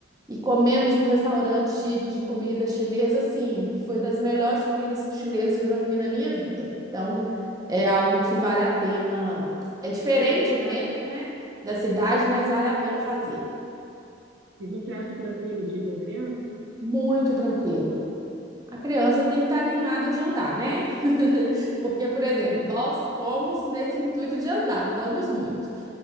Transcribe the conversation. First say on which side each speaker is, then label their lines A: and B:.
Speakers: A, on the right; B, on the right.
A: e comemos num restaurante de comida chinesa, assim, que foi das melhores comidas chinesas que eu já comi na minha vida. Então, é algo que vale a pena. É diferente
B: E Você acha
A: dentro,
B: que é-
A: né, da cidade, mas vale a pena fazer.
B: e você acha tranquilo de ir com criança?
A: Muito tranquilo. A criança tem que estar animada de andar, né? <laughs> Porque, por exemplo,
B: Uhum.
A: nós fomos nesse intuito de andar, andamos muito.